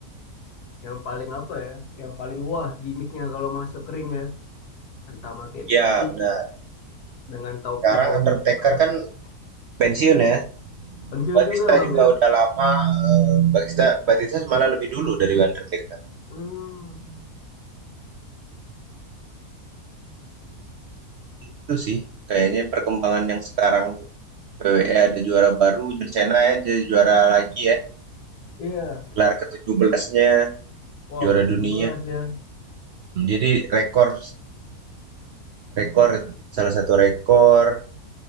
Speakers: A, on the left; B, on the right.
A: yang paling apa ya yang paling wah gimmicknya kalau masuk ring ya entah pakai
B: Ya
A: peti
B: benar.
A: dengan topi
B: Sekarang
A: kopan
B: Undertaker kan pensiun ya.
A: pensiun
B: Batista
A: juga bang
B: juga
A: ya
B: udah lama, eh, Batista Batista malah lebih dulu dari Undertaker.
A: hmm
B: Itu sih kayaknya perkembangan yang sekarang tuh. WWE ada juara baru, John Cena ya jadi juara lagi ya.
A: iya
B: Gelar ketujuh belasnya
A: wow
B: juara dunia.
A: tujuh belas ya
B: Hmm, Jadi rekor rekor salah satu rekor,